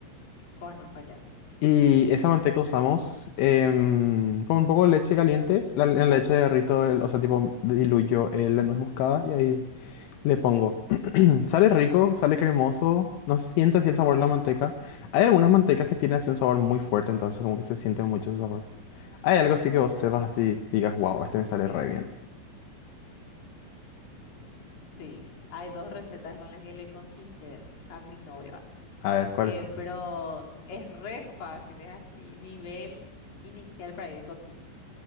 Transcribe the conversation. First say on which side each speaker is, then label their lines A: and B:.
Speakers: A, on the left; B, on the left.
A: Conozco ya.
B: Y esa manteca usamos em, con un poco de leche caliente. La, la leche derrito, el- o sea, tipo, diluyo el- la nuez moscada y ahí le pongo. <clears throat> Sale rico, sale cremoso. No se siente así el sabor de la manteca. Hay algunas mantecas que tienen así un sabor muy fuerte, entonces como que se siente mucho su sabor. Hay algo así que vos sepas así, digas, wow, este me sale re bien.
A: Sí. Hay dos recetas con las que le conquisté a mi novio.
B: A ver, ¿cuál
A: eh,
B: es?
A: pero es re fácil, es así, nivel inicial para ir de cocina.